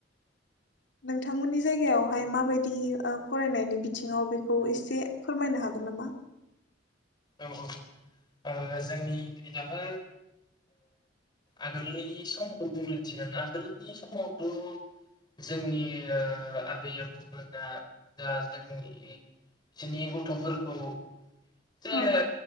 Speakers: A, on the left; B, on the left.
A: नोंथांमोननि जायगायावहाय मा फरायनायनि बिथिङाव बेखौ एसे फोरमायनो हागोन नामा?
B: औ औ जोंनि माबा आगोलनि समखौ बुं थांङोल्बा आगोलनि समावथ' जोंनि आबै आबौमोना दा जोंनि बिसनि गथ'फोरखौ जे
A: औ